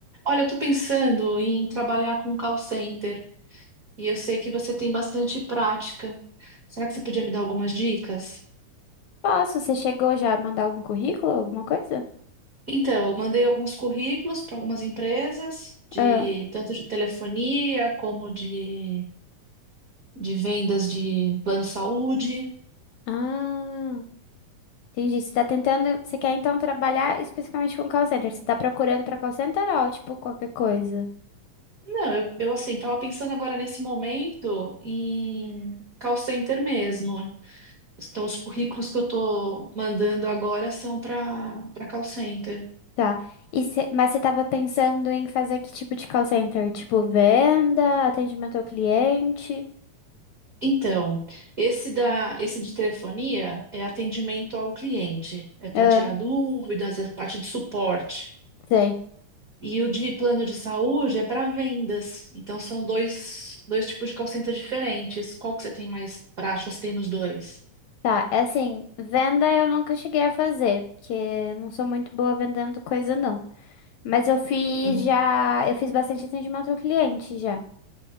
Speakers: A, on the right; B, on the left.
A: Olha, eu tô pensando em trabalhar com call center e eu sei que você tem bastante prática. Será que você podia me dar algumas dicas?
B: Posso? Você chegou já a mandar algum currículo, alguma coisa?
A: Então, eu mandei alguns currículos para algumas empresas, de
B: Ah,
A: tanto de telefonia como de, de vendas de plano de saúde.
B: ah, entendi. Você tá tentando, você quer então trabalhar especificamente com call center? Você tá procurando pra call center ou tipo qualquer coisa?
A: Não, eu, eu assim, estava pensando agora nesse momento em call center mesmo. Então, os currículos que eu estou mandando agora são para para call center.
B: Tá. E cê- mas você tava pensando em fazer que tipo de call center? Tipo venda, atendimento ao cliente?
A: Então, esse da, esse de telefonia é atendimento ao cliente, é para
B: Ah,
A: tirar dúvidas, é parte de suporte.
B: sei.
A: E o de plano de saúde é para vendas. Então, são dois, dois tipos de call center diferentes. Qual que você tem mais prática? Você tem nos dois?
B: Tá, é assim, venda eu nunca cheguei a fazer, porque eu não sou muito boa vendendo coisa não. Mas eu fiz
A: Uhum.
B: já, eu fiz bastante atendimento ao cliente já.